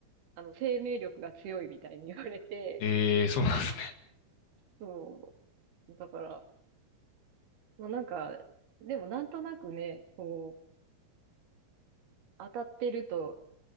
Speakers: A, on the right; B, on the left.
A: あの、生命力が強いみたいに言われて、
B: えーそうなんですね。
A: そう。だから、まあ、なんか、でもなんとなくね、こう、当たってると